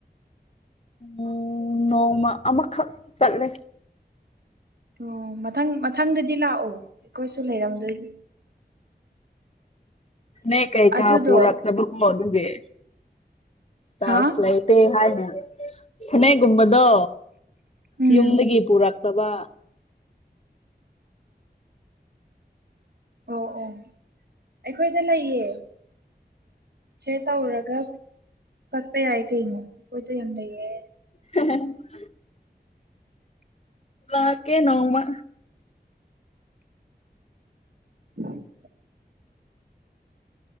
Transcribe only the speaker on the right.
ꯑꯣ ꯃꯊꯪ ꯃꯊꯪꯗꯗꯤ ꯂꯥꯛꯑꯣ ꯑꯩꯈꯣꯏꯁꯨ ꯂꯩꯔꯝꯗꯣꯏꯅꯤ <inaudible>
ꯑꯗꯨꯗꯣ
ꯍꯥ
ꯎꯝ
ꯑꯣ ꯑꯣ ꯑꯩꯈꯣꯏꯗ ꯂꯩꯌꯦ ꯁꯦꯌꯔ ꯇꯧꯔꯔꯒ ꯆꯠꯄ ꯌꯥꯏꯌꯦ ꯀꯩꯅꯣ ꯑꯩꯈꯣꯏꯗ ꯌꯥꯝ ꯂꯩꯌꯦ
ꯎꯝ